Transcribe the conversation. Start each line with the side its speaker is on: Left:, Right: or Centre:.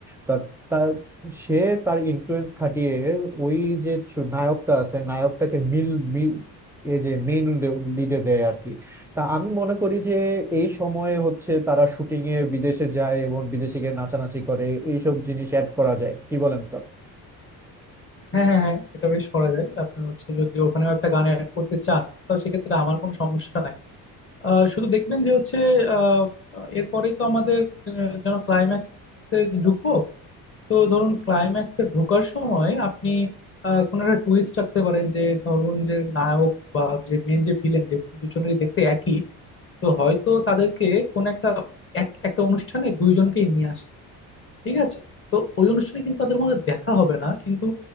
Centre: তা তা সে তার ইনফ্লুয়েন্স খাটিয়ে ওই যে চ- নায়কটা আছে নায়কটাকে মিল মিল এ যে মেইন লিডে দেয় আর কি তা আমি মনে করি যে এই সময়ে হচ্ছে তারা শুটিং এ বিদেশে যায় এবং বিদেশে গিয়ে নাচানাচি করে এইসব জিনিস অ্যাড করা যায় কি বলেন স্যার
Left: হ্যাঁ হ্যাঁ হ্যাঁ এটা বেশ করা যায় আপনি হচ্ছে যদি ওখানেও একটা গান অ্যাড করতে চান তো সেক্ষেত্রে আমার কোনো সমস্যা নাই আহ, শুধু দেখবেন যে হচ্ছে আহ, এরপরেই তো আমাদের আহ, যেন ক্লাইম্যাক্সে ঢুকবো তো ধরুন ক্লাইম্যাক্সে ঢোকার সময় আপনি আহ, কোনো একটা টুইস্ট রাখতে পারেন যে ধরুন যে নায়ক বা যে মেন যে ভিলেন যে দুজনেরই দেখতে একই তো হয়তো তাদেরকে কোন একটা এক একটা অনুষ্ঠানে দুইজনকেই নিয়ে আসতো ঠিক আছে তো ওই অনুষ্ঠানে কিন্তু তাদের মধ্যে দেখা হবে না কিন্তু